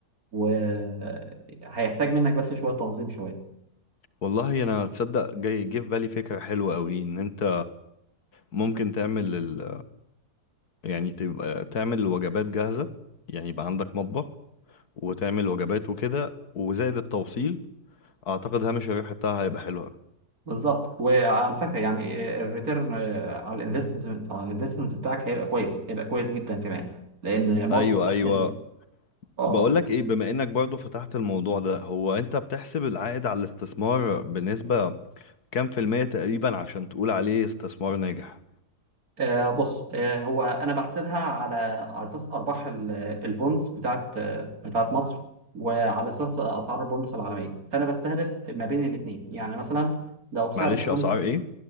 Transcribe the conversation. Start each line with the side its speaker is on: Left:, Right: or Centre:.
Right: وهيحتاج منك بس شويه تنظيم شويه
Left: والله أنا تصدق جاي جه في بالي فكرة حلوة أوي إن أنت ممكن تعمل ال... يعني تبقى تعمل وجبات جاهزة يعني يبقى عندك مطبخ وتعمل وجبات وكده وزائد التوصيل أعتقد هامش الربح بتاعها هيبقى حلو أوي.
Right: بالظبط وعلى فكره يعني الريتيرن على الانفستمنت على الانفستمنت بتاعك هيبقى كويس هيبقى كويس جدا كمان لان معظم
Left: ايوه
Right: الناس
Left: ايوه
Right: اللي- اه
Left: بقولك ايه بما انك برضو فتحت الموضوع ده هو انت بتحسب العائد على الاستثمار بنسبة كام في المية تقريبا عشان تقول عليه استثمار ناجح
Right: آه، بص آه، هو انا بحسبها على على اساس ارباح ال- البونز بتاعت آه، بتاعت مصر وعلى اساس اسعار البونز العالميه فانا بستهدف ما بين الاثنين يعني مثلا لو سعر
Left: معلش
Right: البوند
Left: اسعار ايه